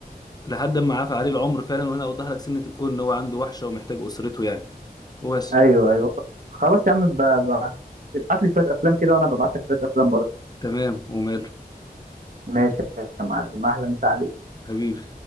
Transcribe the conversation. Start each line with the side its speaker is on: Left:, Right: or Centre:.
Left: لحد ما عفى عليه العمر فعلا وهنا اوضح لك سنه الكون ان هو عنده وحشه ومحتاج اسرته يعني وبس
Right: ايوه ايوه خلاص يا عم ب- ب- ابعت لي شويه افلام كده وانا ببعت لك شويه افلام برضه
Left: تمام وماله
Right: ماشي يا معلم اهلا مسا عليك
Left: حبيبي